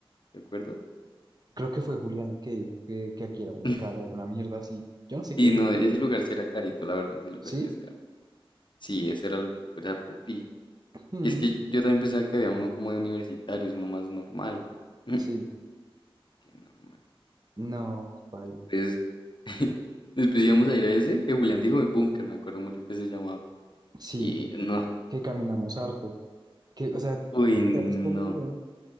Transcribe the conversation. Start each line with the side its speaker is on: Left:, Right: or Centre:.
Left: ¿te acuerdas?
Right: Creo que fue Julián el que dijo que, que aquí era muy
Left: <laughs>
Right: caro, alguna mierda así. Yo no sé
Left: Y
Right: qué dijo,
Left: no,
Right: pero
Left: ese lugar sí era carito, la verdad, ese lugar
Right: sí,
Left: sí es caro. Sí, ese era el era pupi.
Right: mm,
Left: Y es que yo también pensaba que había uno como de universitarios, uno más normal. <laughs>
Right: sí,
Left: Qué normal.
Right: no, paila.
Left: Entonces, <laughs> después íbamos a ir a ese que Julián dijo de búnker, me acuerdo mucho que se llamaba.
Right: Sí,
Left: Y no,
Right: que caminamos
Left: fue-
Right: harto. Que, o sea,
Left: uy,
Right: no, ta-
Left: no.
Right: esto, güey,